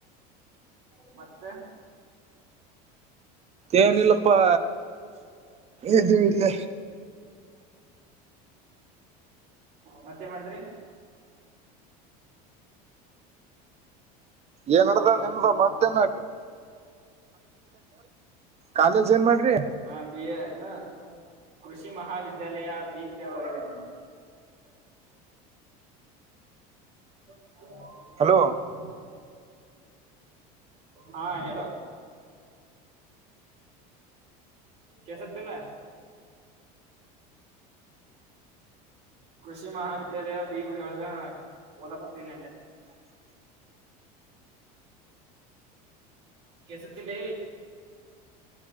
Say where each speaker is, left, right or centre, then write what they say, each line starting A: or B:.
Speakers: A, on the right (about 55°); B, on the right (about 30°).
A: ಮತ್ತೆ
B: ಏನಿಲ್ಲಪ್ಪಾ ಇಲ್ಲ
A: ಹ ಮತ್ತೆ ಮಾಡಿದ್ರಿ
B: ಏನ್ಡ್ದ
A: ಬರಿ
B: ನಿಮ್ದ ಮತ್ತೇ
A: ಕುಂತು ಬರಿ
B: ಕಾಲೇಜ್ ಏನ್ ಮಾಡ್ರಿ
A: ಹಾ ಬಿಯ ನ ಕೃಷಿ ಮಹಾವಿದ್ಯಾಲಯ ಬಿ ಗುಡಿಯವಾಗಿದೆ ನು ಹ
B: ಹಲೋ
A: ಹಾ ಹೇಳೋ ಕ ಸತ್ಯಲ್ಲ ಕೃಷಿ ಮಹಾವಿದ್ಯಾಲಯ ಬಿ ಗುಡ ಒಳಗ ನಾ ಓದಾ ಕೊತೀನಿ ಅ
B: <unintelligible> <inaudible>
A: ಕೆಸತಿಲ್ಲ